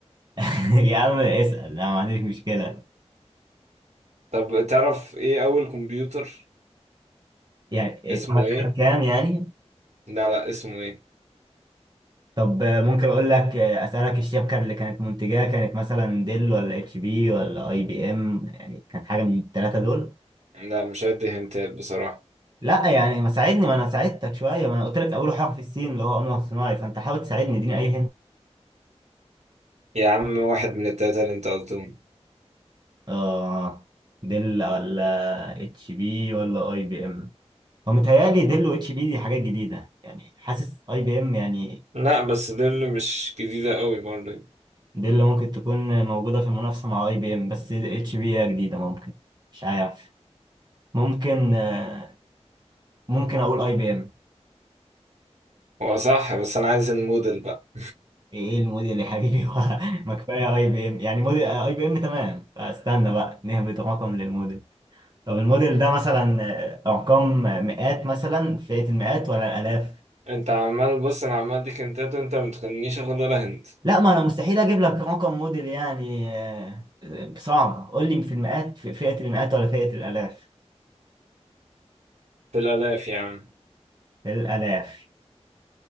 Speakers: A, on the right (about 40°); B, on the right (about 80°).
A: <laughs> يا عم اسأل انا ما عنديش مشكلة
B: طب تعرف ايه اول كمبيوتر
A: يعني
B: اسمه
A: اتعمل
B: ايه
A: سنة كام يعني؟
B: لا لا اسمه ايه
A: طب آه، ممكن اقول لك آه، اسألك الشبكة اللي كانت منتجاه كانت مثلا ديل ولا اتش بي ولا اي بي ام يعني كانت حاجة من الثلاثة دول؟
B: لا مش هدي هنتال بصراحة
A: لا يعني ما ساعدني ما انا ساعدتك شوية ما انا قلت لك اول حاجة في الصين اللي هو قمر صناعي فانت حاول تساعدني اديني اي
B: يا عم واحد من التلاتة اللي انت قلتهم
A: اه ديل ولا اتش بي ولا اي بي ام هو متهيألي ديل واتش بي دي حاجات جديدة يعني حاسس اي بي ام يعني
B: لا بس دول مش جديدة قوي برضه
A: ديل ممكن تكون موجودة في المنافسة مع اي بي ام بس اتش بي هي جديدة ممكن مش عارف ممكن آه، ممكن اقول اي بي ام
B: هو صح بس انا عايز الموديل بقى
A: ايه إيه الموديل يا حبيبي <laughs> هو ما كفاية اي بي ام يعني موديل اي بي ام تمام فاستنى بقى نهبط رقم للموديل طب الموديل ده مثلا آه، ارقام مئات مثلا فئة المئات ولا الالاف
B: <laughs> انت عمال بص انا عمال اديك هنتات وانت ما تخلينيش اخد ولا هنت
A: لا ما انا مستحيل اجيب لك رقم موديل يعني آه، صعب قول لي في المئات في فئة المئات ولا فئة الالاف
B: في الالاف يا عم
A: في الالاف